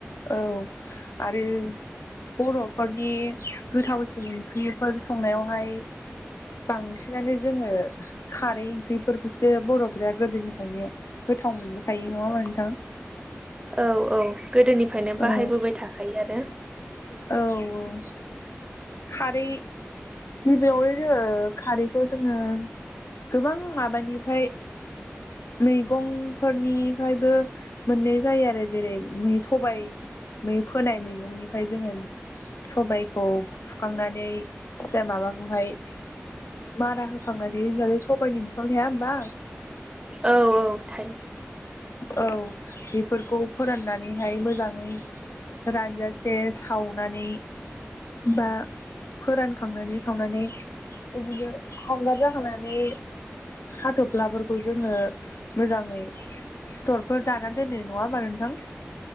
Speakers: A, on the left; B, on the right.
A: औ आरो बर'फोरनि गोथावसिन ओंख्रिफोर संनायावहाय बांसिनानो जोङो खारै ओंख्रिफोरखौसो बर'फोरा गोदोनिफ्रायनो गोथाव मोनबोखायो नङाबा नोंथां।
B: औ औ गोदोनिफ्रायनो
A: औ
B: बाहायबोबाय थाखायो आरो
A: औ औ खारै गिबियावनो जोङो खारैखौ जोङो गोबां माबानिफ्राय मैगंफोरनिफ्रायबो मोनननाय जायो आरो जेरैै सबायै फोनाय मैगंनिफ्राय जोङो सबायखौ फुखांनानै फिथा माबाखौहाय मारा होखांनानै सबायइनि बिफां थाया होमबा
B: औ औ थायो।
A: औ बेफोरखौ फोराननानैहाय मोजाङै रानजासे सावनानै बा फोरानखांनानै सावनानै बिदिदिनो हांगार जाहोनानै हाथब्लाफोरखौ जोङो मोजाङै सिथरफोर दाना दोननाय नङा होमबा नोंथां